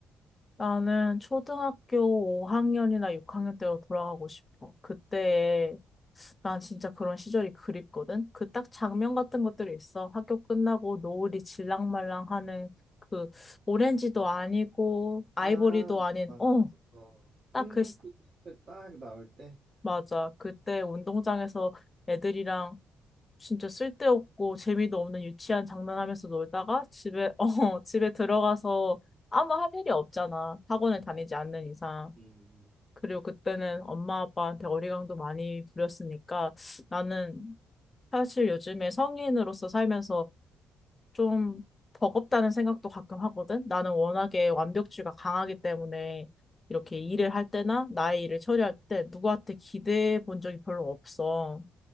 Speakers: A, on the left; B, on the right.
A: 나는 초등학교 5학년이나 6학년 때로 돌아가고 싶어. 그때에 난 진짜 그런 시절이 그립거든. 그 딱 장면 같은 것들이 있어. 학교 끝나고 노을이 질랑말랑하는 그 오렌지도 아니고 아이보리도
B: 아,
A: 아닌
B: 맞아,
A: 어,
B: 맞아. 어, 황금빛을
A: 딱그
B: 딱 나올 때.
A: 맞아. 그때 운동장에서 애들이랑 진짜 쓸데없고 재미도 없는 유치한 장난하면서 놀다가 집에, <laughs> 어, 집에 들어가서 아무 할 일이 없잖아. 학원을 다니지
B: 아,
A: 않는 이상.
B: 음,
A: 그리고 그때는 엄마 아빠한테 어리광도 많이 부렸으니까 나는 사실 요즘에 성인으로서 살면서 좀 버겁다는 생각도 가끔 하거든. 나는 워낙에 완벽주의가 강하기 때문에 이렇게
B: 음, 음. 음.
A: 일을 할 때나 나의 일을 처리할 때 누구한테 기대해 본 적이 별로 없어.